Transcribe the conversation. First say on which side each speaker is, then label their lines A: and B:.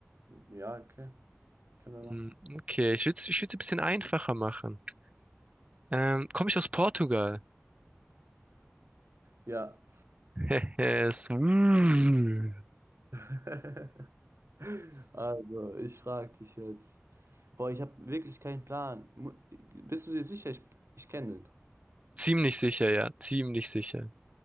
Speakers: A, on the right; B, on the right.
A: ja, okay, können wir
B: Hm,
A: machen.
B: okay, ich würde ich würd's ein bisschen einfacher machen. Ähm, komme ich aus Portugal?
A: Ja.
B: <laughs> Es- Mm.
A: <laughs> Also, ich frage dich jetzt. Boah, ich habe wirklich keinen Plan. Mu- Bist du dir sicher? Ich, ich kenne den.
B: Ziemlich sicher, ja. Ziemlich sicher.